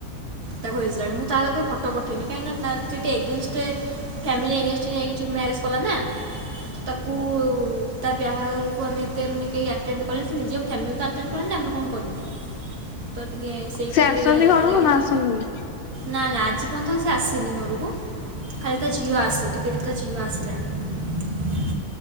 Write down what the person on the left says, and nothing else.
ସେ ଆସୁଛନ୍ତି
ଘର
କୁ ନା ଆସନ୍ତନି।